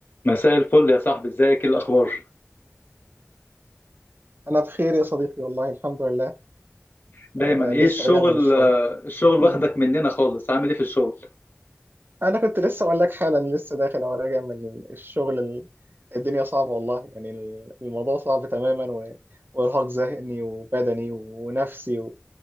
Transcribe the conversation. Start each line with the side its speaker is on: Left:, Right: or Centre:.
Left: مساء الفل يا صاحبي ازيك ايه الاخبار
Right: أنا بخير يا صديقي والله الحمد لله
Left: دايما
Right: آه
Left: ايه
Right: لسه
Left: الشغل
Right: راجع من الشغل
Left: آه، الشغل
Right: مم.
Left: واخدك مننا خالص عامل ايه في الشغل
Right: أنا كنت لسه أقول لك حالا لسه داخل أو راجع من الشغل ال- الدنيا صعبة والله يعني ال- الموضوع صعب تماما و... وإرهاق ذهني وبدني ونفسي و...